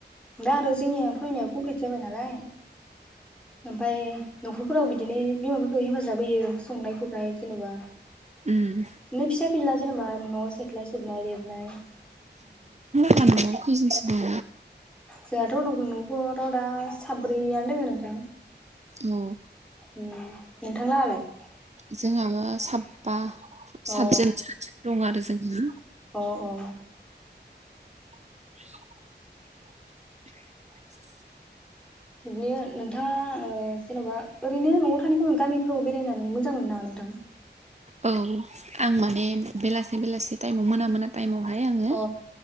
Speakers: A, in the centre; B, on the right.
A: दा आरो जोंनिया फरायनाया कमप्लिट जाबाय नालाय ओमफाय नख फोराव बिदिनो बिमाफोरखौ हेफाजाब होयो संनाय खुरनाय जेनबा
B: उम
A: नो फिसा फिनला जेन'बा न' सेथ्ला सिबनाय लिरनाय
B: मोनहा न'आव खैजोनसो दङ?
A: जोंहाथ नगो न'फोराव दा साब्रैयानो दोङो नोंथां।
B: औ
A: उम नोंथां लाहा लाय?
B: जोंहाना साबबा। सातजोन
A: अ
B: सातजोन दं आरो जोंहा
A: अ अ
B: <inaudible>
A: बिदिनो नोंथाङा ओ जेनबा ओरैनो न'आव थानाय खमाव गामिफ्राव बेरायनानै मो जां मोनो नामा नोंथां
B: औ आं माने बेलासे बेलासे टाइमाव मोना मोना टाइमाव हाय आङो
A: अ